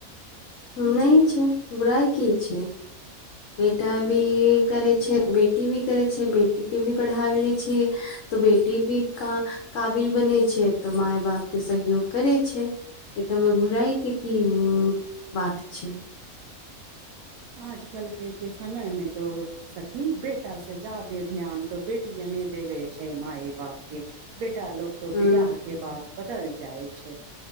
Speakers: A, on the left; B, on the right.
A: नहि छै बुराइ की छै बेटा भी करै छै बेटी भी करै छै बेटी के भी पढ़ा ले छियै तऽ बेटी भी काबिल बने छै तऽ माय बाप के सहयोग करै छै एकर मे बुराई के की बात छै
B: आजकल के समय में तो सखी बेटा सँ ज्यादा ध्यान तऽ बेटिये नहि देबे छै माए बाप के बेटा लोक त
A: हूँ
B: बियाह हाथे बाद बदल जाइ छै